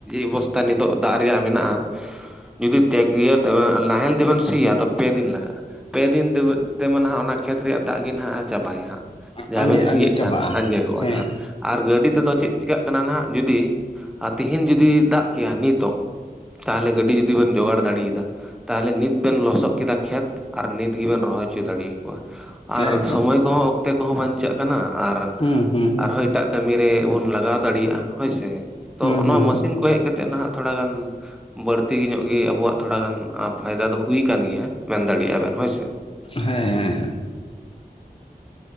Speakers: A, in the centre; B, on the left (about 35°).
A: ᱚᱵᱚᱥᱛᱷᱟ ᱱᱤᱛᱚᱜ ᱫᱟᱜ ᱨᱮᱭᱟᱜ ᱢᱮᱱᱟᱜᱼᱟ ᱡᱩᱫᱤ ᱛᱮ ᱤᱭᱟᱹ ᱱᱟᱦᱮᱞ ᱛᱮᱵᱮᱱ ᱥᱤᱭᱟ ᱛᱚ ᱯᱮ ᱫᱤᱱ ᱞᱟᱜᱟᱜᱼᱟ, ᱯᱮ ᱫᱤᱱ ᱛᱮ ᱱᱟᱦᱟᱜ ᱚᱱᱟ ᱠᱷᱮᱛ ᱨᱮᱭᱟᱜ ᱫᱟᱜ ᱜᱮ ᱱᱟᱦᱟᱜ ᱪᱟᱵᱟᱭᱟ ᱦᱟᱸᱜ ᱡᱟᱦᱟᱸ
B: ᱟᱸᱡᱮᱫ
A: ᱵᱮᱢ ᱥᱤᱭᱮᱫ
B: ᱟᱸᱡᱮᱫ ᱪᱟᱵᱟᱜᱼᱟ
A: ᱠᱟᱱ ᱟᱸᱡᱮᱫᱚᱜᱼᱟ
B: ᱦᱮᱸ
A: ᱱᱟᱦᱟᱜ ᱟᱨ ᱜᱟᱹᱰᱤ ᱛᱮᱫᱚ ᱪᱮᱫ ᱪᱮᱠᱟᱹᱜ ᱠᱟᱱᱟ ᱱᱟᱦᱱᱟᱜ ᱡᱩᱫᱤ ᱛᱤᱦᱤᱧ ᱡᱩᱫᱤ ᱫᱟᱜ ᱠᱮᱭᱟ ᱱᱤᱛᱚᱜ ᱛᱟᱦᱚᱞᱮ ᱜᱟᱹᱰᱤ ᱡᱩᱫᱤ ᱵᱚᱱ ᱡᱳᱜᱟᱲ ᱫᱟᱲᱮᱭᱟᱫᱟ ᱛᱟᱦᱚᱞᱮ ᱱᱤᱛ ᱵᱮᱱ ᱞᱚᱥᱚᱫ ᱠᱮᱫᱟ ᱠᱷᱮᱛ ᱟᱨ ᱱᱤᱛ ᱜᱮᱵᱮᱱ ᱨᱚᱦᱚᱭ ᱦᱚᱪᱚ ᱫᱟᱲᱮᱼ ᱠᱚᱣᱟ ᱟᱨ
B: ᱮᱠᱫᱚᱢ
A: ᱥᱚᱢᱚᱭ ᱠᱚᱦᱚᱸ ᱚᱠᱛᱮ ᱠᱚᱦᱚᱸ ᱵᱟᱧᱪᱟᱜ ᱠᱟᱱᱟ ᱟᱨ
B: ᱦᱩᱸ ᱦᱩᱸ
A: ᱟᱨ ᱦᱚᱸᱭ ᱮᱴᱟᱜ ᱠᱟᱹᱢᱤ ᱨᱮᱵᱚᱱ ᱞᱟᱜᱟᱣ ᱫᱟᱲᱮᱭᱟᱜᱼᱟ ᱦᱳᱭᱥᱮ ᱾ ᱛᱚ
B: ᱦᱩᱸ
A: ᱚᱱᱟ
B: ᱦᱩᱸ ᱦᱩᱸ
A: ᱢᱮᱥᱤᱱ ᱠᱚ ᱦᱮᱡ ᱠᱟᱛᱮᱜ ᱱᱟᱦᱟᱜ ᱛᱷᱚᱲᱟ ᱜᱟᱱ ᱵᱟᱹᱲᱛᱤ ᱧᱚᱜ ᱜᱤ ᱟᱵᱚᱣᱟᱜ ᱛᱷᱚᱲᱟ ᱜᱟᱱ ᱯᱷᱟᱭᱫᱟ ᱫᱚ ᱦᱩᱭ ᱠᱟᱱ ᱜᱮᱭᱟ ᱢᱮᱱ ᱫᱟᱲᱮᱭᱟᱜᱼᱟ ᱵᱮᱱ ᱦᱳᱭᱥᱮ
B: ᱦᱮᱸ ᱦᱮᱸ ᱦᱮᱸ